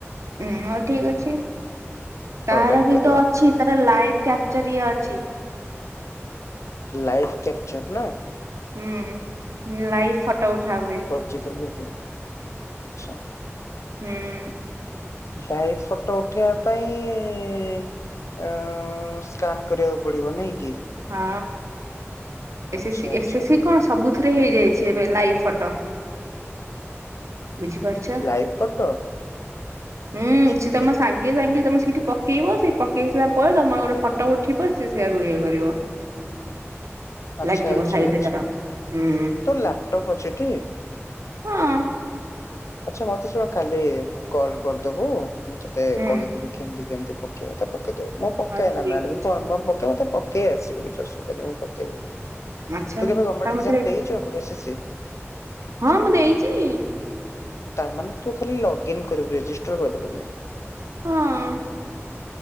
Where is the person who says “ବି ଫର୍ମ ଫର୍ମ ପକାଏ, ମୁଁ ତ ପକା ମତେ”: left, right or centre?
Left